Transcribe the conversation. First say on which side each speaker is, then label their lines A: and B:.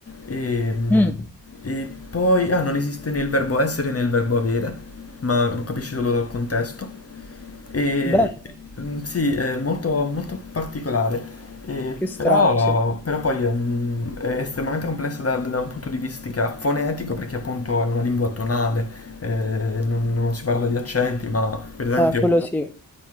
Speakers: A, on the left; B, in the centre.
A: E,
B: Mm.
A: e poi, ah, non esiste né il verbo essere né il verbo avere, ma lo capisci solo dal contesto. E,
B: Bene.
A: mm, sì, è molto, molto particolare, E
B: Che strano,
A: però,
B: sì.
A: però poi mm, è estremamente complessa da, da un punto di vista fonetico perché appunto è una lingua tonale, eh, non, non si parla di accenti, ma per esempio
B: Ah, quello sì.